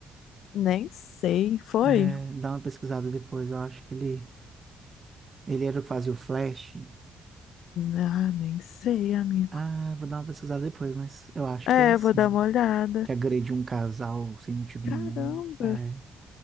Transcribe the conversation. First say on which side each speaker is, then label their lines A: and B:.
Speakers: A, on the left; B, on the right.
A: Nem sei, foi?
B: É, dá uma pesquisada depois, eu acho que ele... Ele era o que fazia o Flash.
A: Ah, nem sei, amigo.
B: Ah, vou dar uma pesquisada depois, mas eu acho
A: É,
B: que é assim.
A: vou dar uma olhada.
B: Que agrediu um casal sem motivo
A: Caramba!
B: nenhum. É.